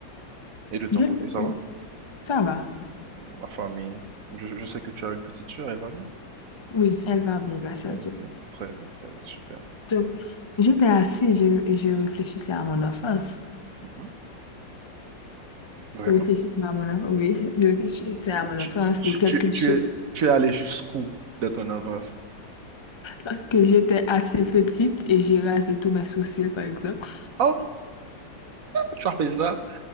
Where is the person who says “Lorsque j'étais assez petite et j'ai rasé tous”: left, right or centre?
Left